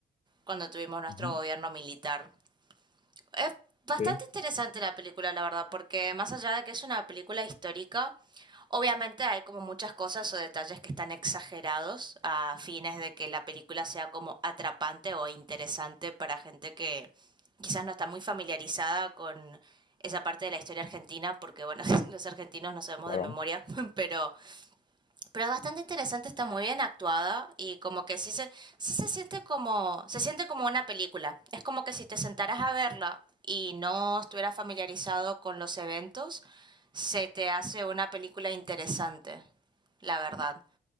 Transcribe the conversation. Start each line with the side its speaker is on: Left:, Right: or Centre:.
Right: cuando tuvimos nuestro
Left: ujú,
Right: gobierno militar. Es bastante
Left: Sí,
Right: interesante la película, la verdad, porque más allá de que es una película histórica, obviamente hay como muchas cosas o detalles que están exagerados a fines de que la película sea como atrapante o interesante para gente que quizás no está muy familiarizada con esa parte de la historia argentina, porque bueno, <laughs> los argentinos no sabemos
Left: claro.
Right: de memoria, <laughs> pero pero es bastante interesante, está muy bien actuada y como que sí se, sí se siente como, se siente como una película. Es como que si te sentaras a verla y no estuvieras familiarizado con los eventos, se te hace una película interesante, la verdad.